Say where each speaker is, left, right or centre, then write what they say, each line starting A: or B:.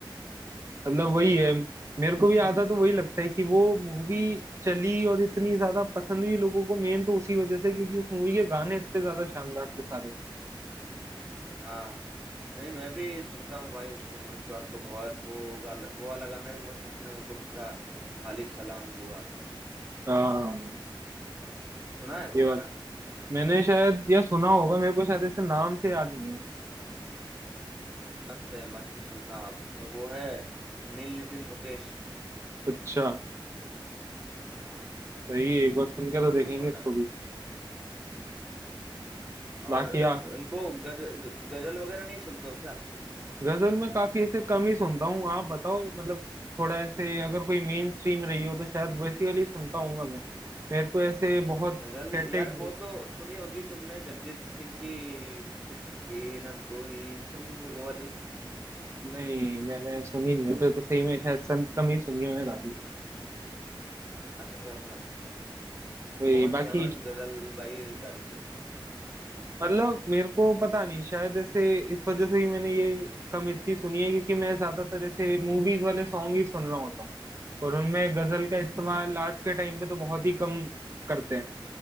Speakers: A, on the right (about 30°); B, in the centre.
A: मतलब
B: वो
A: वही
B: वाली चीज़।
A: है मेरे को भी आधा तो वही लगता है कि वो मूवी चली और इतनी ज्यादा पसंद हुई लोगों को मेन तो उसी वजह से क्योंकि उस मूवी के गाने इतने ज्यादा शानदार थे सारे
B: हाँ नहीं मैं भी सुनता हूँ भाई उसको मोहित चौहान को बहुत वो गाल, वो वाला गाना भी बहुत पसंद है मेरे को उसका खाली सलाम दुआ
A: हाँ
B: सुना है
A: ये
B: वो गाना
A: बात मैंने शायद यह सुना होगा मेरे को शायद ऐसे नाम से याद नहीं है
B: नहीं नहीं मस्त है मस्त सुनना आप उसमें वो है नील नितिन मुकेश
A: अच्छा
B: हाँ
A: सही है एक बार सुन के तो
B: तो
A: देखेंगे
B: वो वाला
A: इसको भी
B: है।
A: बाकी
B: और
A: आ
B: वो- इनको गज, ग, गजल वगैरह नहीं सुनते हो क्या
A: गजल में काफी ऐसे कम ही सुनता हूँ आप बताओ मतलब थोड़ा ऐसे अगर कोई मेन स्ट्रीम रही हो तो शायद वैसी वाली सुनता हूँ मैं मेरे को ऐसे बहुत
B: गजल
A: कैटेग
B: यार वो तो सुनी होगी तुमने जगजीत सिंह की चिट्ठी ना कोई संदेह वो वाली
A: नहीं मैंने सुनी नहीं फिर तो सही में शायद सन- कम ही सुनी है मैंने काफी
B: अच्छा अच्छा अच्छा
A: तो ये
B: बहुत
A: बाकी
B: फेमस गजल भाई गाते थे
A: मतलब मेरे को पता नहीं शायद ऐसे इस वजह से ही मैंने ये कम इतनी सुनी है क्योंकि मैं ज्यादातर ऐसे मूवीज वाले सॉन्ग ही सुन रहा होता हूँ और उनमें गजल का इस्तेमाल
B: हाँ
A: आज के टाइम पे तो बहुत ही कम करते हैं